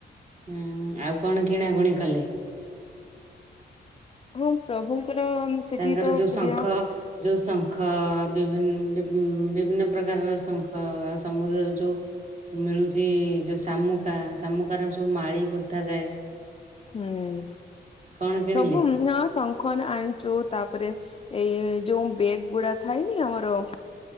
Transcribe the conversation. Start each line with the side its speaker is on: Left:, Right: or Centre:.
Right: ହୁଁ ଆଉ କଣ କିଣାକୁଣି କଲେ?
Left: ହଁ। ପ୍ରଭୁଙ୍କର ସେଠି
Right: ତାଙ୍କର
Left: ତ
Right: ଯୋଉ
Left: ପ୍ରିୟ
Right: ଶଙ୍ଖ ଯୋଉ ଶଙ୍ଖ ବିଭି ଉ ବିଭିନ୍ନ ପ୍ରକାରର ଶଙ୍ଖ ସମୁଦ୍ରର ଯୋଉ ମିଳୁଛି ଯୋଉ ଶାମୁକା, ଶାମୁକାର ସବୁ ମାଳି ଗୁନ୍ଥା ଯାଏ।
Left: ହୁଁ
Right: କଣ କିଣିଲେ?
Left: ସବୁ ନୂଆ ଶ ଙ୍ଖ ଆଣିଚୁ, ତାପରେ ଏଇ ଯୋଉଁ ବେଗ ଗୁଡା ଥାଇନି ଆମ <unintelligible>